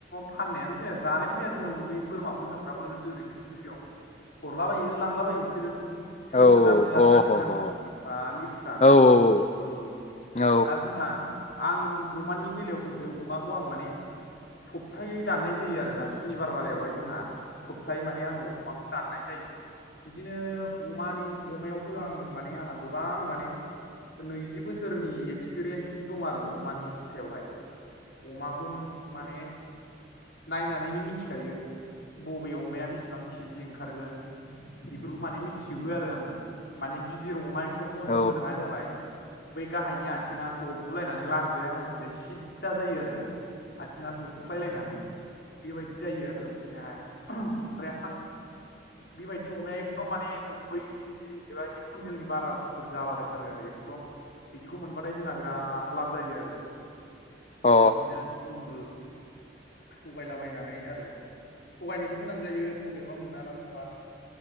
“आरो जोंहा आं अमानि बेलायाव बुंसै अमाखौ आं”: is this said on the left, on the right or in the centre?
Left